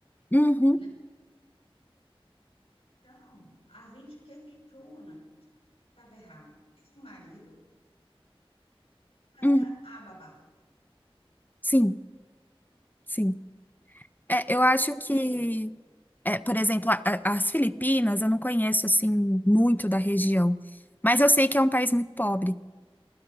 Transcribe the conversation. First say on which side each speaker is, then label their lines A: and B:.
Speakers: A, on the left; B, on the left.
A: uhum,
B: né? Então, a gente questiona, estava errado. Era o marido ou
A: uhum,
B: era a babá?
A: sim, sim. É, eu acho
B: Porque,
A: que, é, por exemplo, a- a- as Filipinas, eu não conheço assim muito da região, mas eu sei que é um país muito pobre.